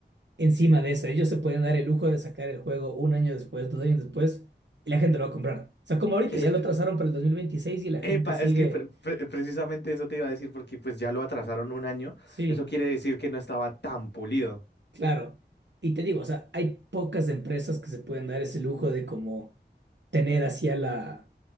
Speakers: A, on the right (about 75°); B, on the left (about 70°).
A: encima de eso. Ellos se pueden dar el lujo de sacar el juego un año después, dos años después, y la gente lo va a comprar. O sea, como ahorita
B: Es
A: ya
B: que
A: lo trazaron para el 2026 y la
B: Epa,
A: gente sigue.
B: es que pre- pre- precisamente eso te iba a decir porque pues ya lo atrasaron un año.
A: Sí,
B: Eso quiere decir que no estaba tan pulido.
A: claro. Y te digo, o sea, hay pocas empresas que se pueden dar ese lujo de como tener así a la,